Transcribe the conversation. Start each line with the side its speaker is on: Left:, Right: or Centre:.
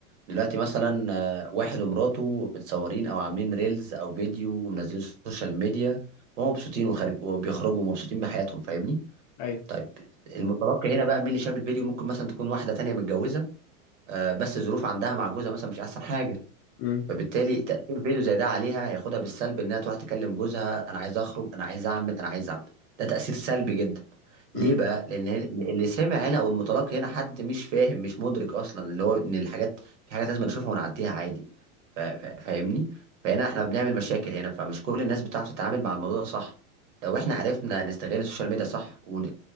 Right: دلوقتي مثلا آه، واحد ومراته متصورين او عاملين ريلز او فيديو ومنزلين السوشيال ميديا ومبسوطين وخارج وبيخرجوا مبسوطين بحياتهم فاهمني
Left: أيوه
Right: طيب المتلقي هنا بقى مين اللي شاف الفيديو ممكن مثلا تكون واحدة تانية متجوزة آه، بس الظروف عندها مع جوزها مثلا مش احسن حاجه
Left: امم
Right: فبالتالي تاثير فيديو زي ده عليها هياخدها بالسلب انها تروح تكلم جوزها انا عايز اخرج انا عايز اعمل انا عايز اعمل ده تاثير سلبي جدا
Left: امم
Right: ليه بقى لان هن- اللي سمع هنا او المتلقي هنا حد مش فاهم مش مدرك اصلا اللي هو ان الحاجات في حاجات لازم نشوفها ونعديها عادي ف- ف- فاهمني فهنا احنا بنعمل مشاكل هنا فمش كل الناس بتعرف تتعامل مع الموضوع ده صح لو احنا عرفنا نستغل السوشيال ميديا صح ون...